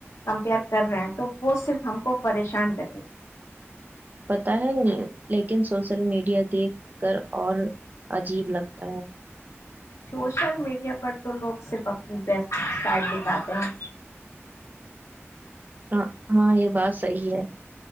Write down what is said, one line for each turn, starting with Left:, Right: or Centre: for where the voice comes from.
Left: کمپیئر کر رہے ہیں تو وہ صرف ہم کو پریشان کریں گے
Right: پتا ہے لیکن سوشل میڈیا دیکھ کر اور عجیب لگتا ہے
Left: سوشل میڈیا پر تو لوگ صرف اپنی بیسٹائٹ دکھاتے ہیں
Right: ہاں ہاں یہ بات صحی ہے